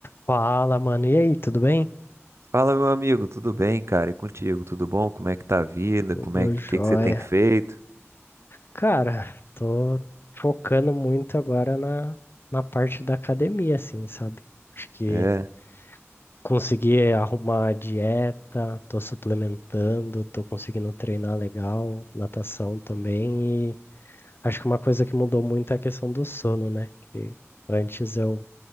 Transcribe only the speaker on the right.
Fala, meu amigo, tudo bem, cara? E contigo, tudo bom? Como é que tá a vida?
Como é que,
que que você tem feito?
É,